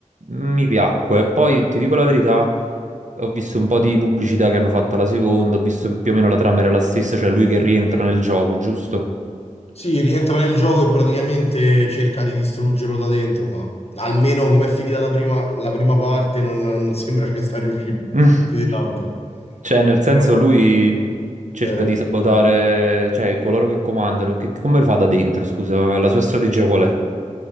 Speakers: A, on the right (about 70°); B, on the left (about 50°).
A: mi piacque. Poi ti dico la verità, ho visto un po' di pubblicità che hanno fatto alla seconda, ho visto che più o meno la trama era la stessa, cioè lui che rientra nel gioco, giusto?
B: Sì, rientra nel gioco e praticamente cerca di distruggerlo da dentro, ma almeno come è finita la prima, la prima parte non, non sembra che sta riuscendo
A: <laughs>
B: più
A: Mm.
B: di tanto.
A: Cioè, nel senso
B: Però,
A: lui cerca
B: eh,
A: di sabotare,
B: dimmi.
A: cioè, coloro che comandano. Che, come lo fa da dentro, scusa? La sua strategia qual è?